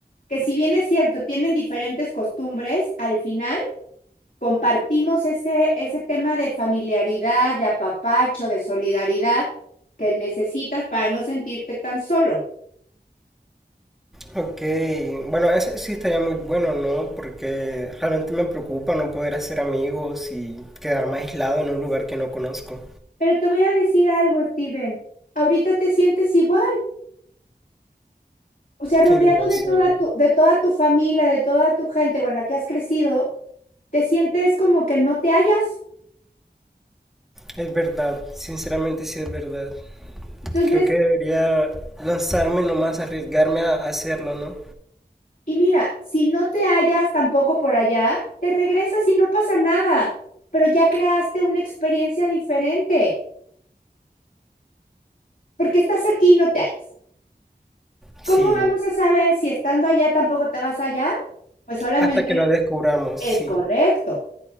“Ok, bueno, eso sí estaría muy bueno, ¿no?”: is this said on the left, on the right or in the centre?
Centre